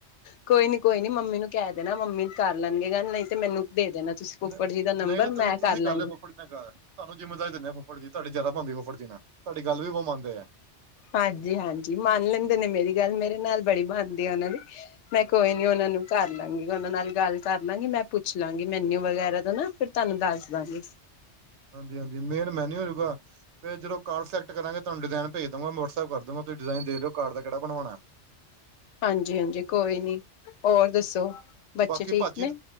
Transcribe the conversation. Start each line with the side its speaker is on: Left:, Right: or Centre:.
Left: ਕੋਈ ਨੀ ਕੋਈ ਨੀ ਮੰਮੀ ਨੂੰ ਕਹਿ ਦੇਣਾ ਮੰਮੀ ਕਰ ਲੈਣਗੇ ਗੱਲ ਨਹੀਂ। ਤੇ ਮੈਨੂੰ ਦੇ ਦੇਣਾ ਤੁਸੀਂ ਫੁਫੜ
Right: ਨਹੀਂ
Left: ਜੀ ਦਾ ਨੰਬਰ
Right: ਤਾਂ ਤੁਸੀਂ
Left: ਮੈਂ
Right: ਤੁਸੀਂ
Left: ਕਰ ਲਾਂਗੀ।
Right: ਲਿਓ ਫੁੱਫੜ ਜੀ ਤੁਹਾਨੂੰ ਜਿੰਮੇਵਾਰੀ ਦਿੰਦੇ ਫੁਫੜ ਜੀ ਦੀ ਤੁਹਾਡੀ ਜਿਆਦਾ ਬਣਦੀ ਫੁੱਫੜ ਜੀ ਨਾਲ ਤੁਹਾਡੀ ਗੱਲ ਵੀ ਬਹੁਰ ਮੰਨਦੇ ਆ।
Left: ਹਾਂਜੀ, ਹਾਂਜੀ ਮੰਨ ਲੈਂਦੇ ਨੇ ਮੇਰੀ ਗੱਲ ਮੇਰੇ ਨਾਲ ਬੜੀ ਬਨਦੀ ਆ ਉਹਨਾਂ ਦੀ। ਮੈਂ ਕੋਈ ਨੀ ਉਹਨਾਂ ਨੂੰ ਕਰ ਲਾਂਗੀ ਉਹਨਾਂ ਨਾਲ ਗੱਲ ਕਰ ਲਾਂਗੀ ਮੈਂ ਪੁੱਛ ਲਾਂਗੀ ਮੈਨਿਊ ਵਗੈਰਾ ਦਾ ਨਾ। ਤੁਹਾਨੂੰ ਦੱਸ ਦਾਗੀ।
Right: ਹਾਂਜੀ - ਹਾਂਜੀ ਮੇਨ ਮੈਨਿਊ ਹੋਜੂਗਾ। ਫ ਜਦੋਂ ਕਾਰ ਸਿਲੈਟ ਕਰਾਂਗੇ। ਤੁਹਾਨੂੰ ਡਿਜ਼ਨੇਜ ਦੂੰਗਾ ਮ ਵਟਐਪ ਕਰੂੰਗਾ ਤੁਸੀਂ ਡਿਾਇਨ ਦੇ ਦਿਓ ਕਾਰ ਦਾ ਕਿਹੜ ਬਣਵਾਉਣਾ।
Left: ਹਾਂਜੀ - ਹਾਂਜੀ ਕੋਈ ਨੀ ਹੋਰ ਦੱਸੋ। ਬੱਚੇ
Right: ਬਾਕੀ
Left: ਠੀਕ
Right: ਭਾਜੀ
Left: ਨੇ।